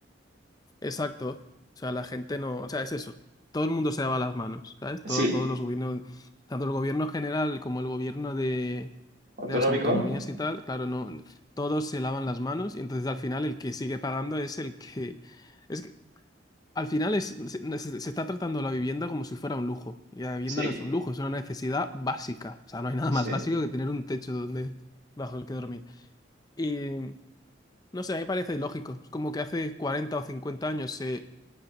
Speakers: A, on the left; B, on the right.
A: Exacto. O sea, la gente no, o sea, es eso. Todo el mundo se lava las manos, ¿sabes?
B: Sí,
A: Todo, todos los gobiernos, tanto el gobierno general como el gobierno de,
B: autonómico.
A: de las autonomías y tal, claro, no, todos se lavan las manos y entonces al final el que sigue pagando es el que, es que al final es, se, no, se- se está tratando la vivienda como si fuera un lujo y la vivienda
B: Sí,
A: no es un lujo, es una necesidad básica. O sea, no hay nada
B: sí,
A: más básico que tener un techo donde, bajo el que dormir. Y no sé, a mí me parece ilógico. Es como que hace 40 o 50 años se